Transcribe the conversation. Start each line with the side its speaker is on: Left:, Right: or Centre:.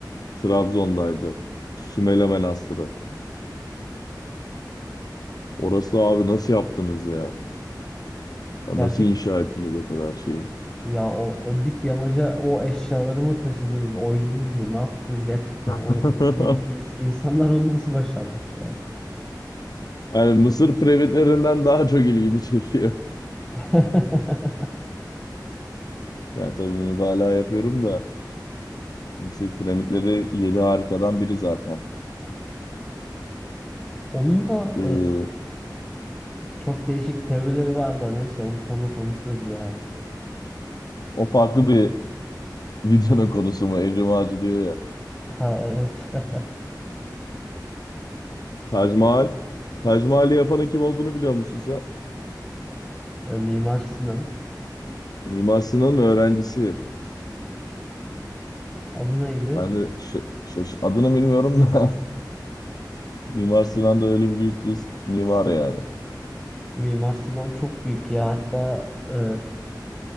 Left: Trabzon'daydı. Sümele Manastırı. Orası da abi nasıl yaptınız ya? Ya
Centre: Evet,
Left: Nasıl inşa ettiniz o kadar şeyi?
Centre: Ya o, o dik yamaca o eşyaları mı taşıdınız, oydunuz mu, ne yaptınız gerçekten?
Left: <laughs>
Centre: O i- i- ins- insanlar onu nasıl başarmış ya?
Left: Yani Mısır piramitlerinden daha çok ilgimi çekiyor.
Centre: <laughs>
Left: Ya tabii mübalağa yapıyorum da Mısır piramitleri yedi harikadan biri zaten.
Centre: Onun da
Left: Ee,
Centre: e, çok değişik teorileri var da neyse onu sonra konuşuruz ya.
Left: O farklı bir <laughs> videonun konusu mu? Evrim Ağacı diyor ya.
Centre: Ha evet. <laughs>
Left: Tac Mahal. Tac Mahal'i yapanın kim olduğunu biliyor musun sen?
Centre: E, Mimar Sinan.
Left: Mimar Sinan'ın öğrencisi.
Centre: Adı neydi?
Left: Ben de şa- şaş- adını bilmiyorum da <laughs> Mimar Sinan da öyle büyük bir mimar yani.
Centre: Mimar Sinan çok büyük ya. Hatta e,